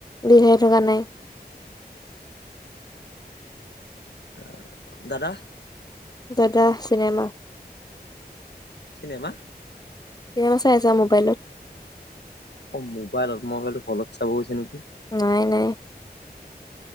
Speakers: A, on the left; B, on the left.
A: বিষাই থকা নাই।
B: আ-দাদাহ
A: দাদাহ চিনেমা
B: চিনেমা
A: গেম চাই আছে মোবাইলত।
B: অ মোবাইলত মই ভাৱিলোঁ হলত চাব গৈছে নেকি?
A: নাই-নাই।